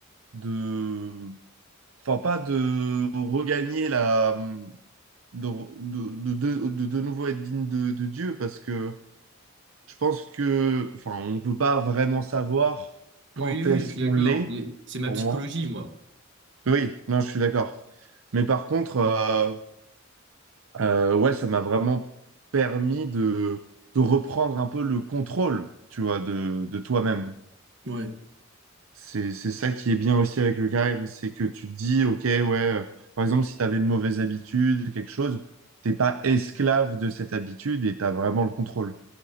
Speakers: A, on the right; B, on the right.
A: de, enfin pas de regagner la, de, de, de, de, de- nouveau être digne de, de Dieu, parce que je pense que, enfin, on peut pas vraiment savoir quand
B: Oui, oui,
A: est-ce
B: je suis
A: qu'on
B: d'accord.
A: l'est,
B: Mais C'est ma
A: pour
B: psychologie,
A: moi.
B: moi.
A: Oui, non, je suis d'accord. Mais par contre. euh, Euh, ouais, ça m'a vraiment permis de, de reprendre un peu le contrôle, tu vois, de, de toi-même.
B: Ouais.
A: C'est, c'est ça qui est bien aussi avec le carême, c'est que tu te dis, ok, ouais, euh, par exemple, si tu avais une mauvaise habitude, quelque chose, t'es pas esclave de cette habitude et tu as vraiment le contrôle.